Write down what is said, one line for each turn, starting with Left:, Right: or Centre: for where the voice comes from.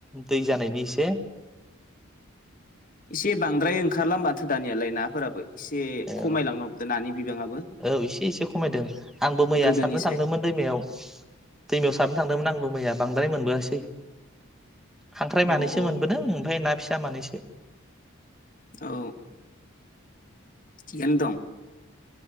Centre: दै जानायनि इसे?
Left: एसे बांद्राय ओंखारला माथो दानियालाय नाफोराबो एसे
Centre: औ
Left: खमायलांनो हमदों नानि बिबाङाबो
Centre: औ एसे एसे खमायदों आंबो मैया
Left: गोदोनिसाय
Centre: सारनो थांदोंमोन दैमायाव दैमायाव सारनो थांदोंमोन आंबो मैया बांद्राय मोनबोआसै खांख्राय
Left: औ
Centre: मानैसो
Left: औ
Centre: मोनबोदों ओमफाय ना फिसा जामानैसो
Left: औ थिगानो दं